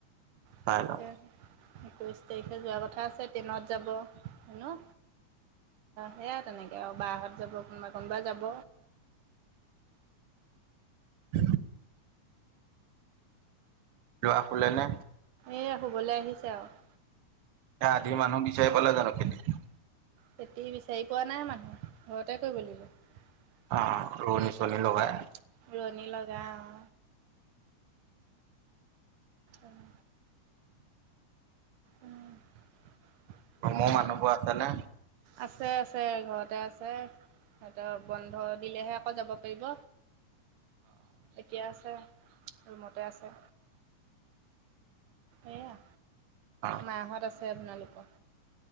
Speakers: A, on the right (about 85°); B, on the right (about 55°).
A: তাকে
B: চাই লওঁ
A: একৈছ তাৰিখে যোৱা কথা আছে ট্ৰেইনত। সেনো হয় তেনে বাহত যাব। কোনবা যাব।
B: উ ল'ৰা শুলে নে?
A: এ শুবলৈ আহিছে আৰু।
B: এ আধি মানুহ বিচাৰি পালা জানো খেতি
A: খেতি বিচাৰি পোৱা নাই মানুহে ঘৰতে কৰিব লাগিব
B: অ ৰোৱনী চোৱনী লগাই
A: ৰোৱনি লগাও উম উম।
B: ৰুমৰ মানুহবোৰ আছে নে?
A: আছে আছে ঘৰতে আছে সিহঁতৰ বন্ধ দিলেহে আকৌ যাব পাৰিব এতিয়া আছে। ৰুমতে আছে এইয়া
B: অ
A: মাহঁত আছে আপোনালোকৰ।